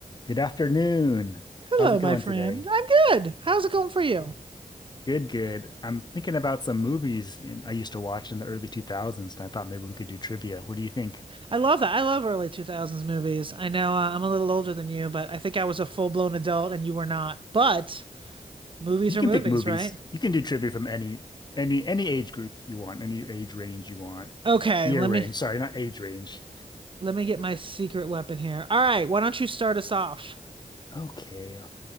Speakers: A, on the left; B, on the right.
A: Good afternoon.
B: Hello,
A: How's it
B: my
A: going
B: friend.
A: today?
B: I'm good. How's it going for you?
A: Good, good. I'm thinking about some movies in, I used to watch in the early 2000s, and I thought maybe we could do trivia. What do you think?
B: I love that. I love early 2000s movies. I know uh, I'm a little older than you, but I think I was a full-blown adult and you were not. But movies
A: You
B: are
A: can
B: movies,
A: pick movies.
B: right?
A: You can do trivia from any any any age group you want, any age range you want.
B: Okay,
A: Year
B: let
A: range,
B: me
A: sorry, not age range.
B: let me get my secret weapon here. All right, why don't you start us off?
A: Okay.